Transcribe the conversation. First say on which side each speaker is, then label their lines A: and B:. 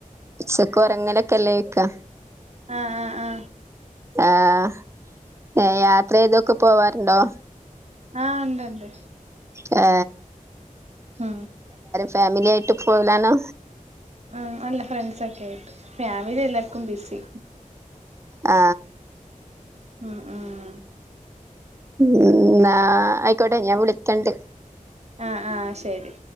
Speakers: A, on the right; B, on the right.
A: ഉച്ചക്ക് ഒറങ്ങനെയൊക്കെല്ലേ ചോയ് ക്ക
B: ആ ആ ആ
A: ആ യാത്ര ഏതൊക്കെ പോവാൻ ണ്ടോ
B: ആ ഉണ്ട്ണ്ട്
A: ആ
B: ആ
A: ഫാമിലി ആയിട്ട് പോകലാണോ
B: ആ അല്ല ഫ്രെണ്ട്സ് ഒക്കെ ആയിട്ട് ഫാമിലി എല്ലാർക്കും ബിസി
A: ആ
B: ഉംമ് ഉം
A: ന്നാ ആയിക്കോട്ടെ ഞാൻ വിളിക്കണ്ട്
B: ആ ആ ശരി